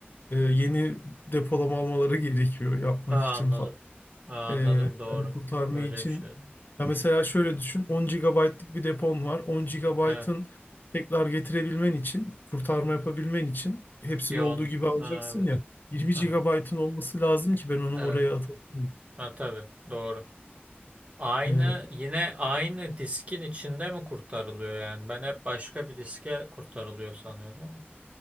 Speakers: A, on the left (about 50°); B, on the right (about 30°).
A: E, yeni depolama almaları <laughs> gerekiyor yapmak
B: Ha
A: için
B: anladım.
A: falan.
B: Ha, anladım
A: Ee,
B: doğru.
A: yani kurtarmayı
B: Öyle
A: için.
B: bir şey.
A: Ya
B: Ha,
A: mesela şöyle düşün. 10 gigabaytlık bir depon var. on gigabaytın
B: Evet.
A: tekrar getirebilmen için, kurtarma yapabilmen için hepsini
B: Bir on.
A: olduğu gibi alacaksın
B: Ha, evet.
A: ya. Yirmi
B: Aha,
A: gigabaytın olması lazım ki ben onu
B: evet.
A: oraya atayım.
B: Ha, tabii. Doğru. Aynı
A: Ee,
B: yine aynı diskin içinde mi kurtarılıyor yani? Ben hep başka bir diske kurtarılıyor sanıyordum ama.